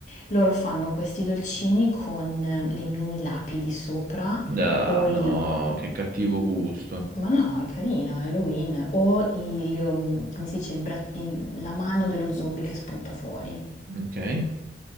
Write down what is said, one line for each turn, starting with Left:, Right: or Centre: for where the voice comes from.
Left: Loro fanno questi dolcini con eh, le mini lapidi sopra
Right: Ah,
Left: o il...
Right: no, che cattivo gusto.
Left: Ma no, è carino, è Halloween. O il, um, come si dice, il bra- il- la mano dello zombie che spunta fuori.
Right: Ok.